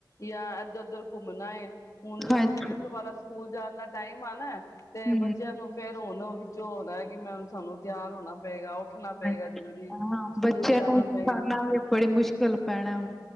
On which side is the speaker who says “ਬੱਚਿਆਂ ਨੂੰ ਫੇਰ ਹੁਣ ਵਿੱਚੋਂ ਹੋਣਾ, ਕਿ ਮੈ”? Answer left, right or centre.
Left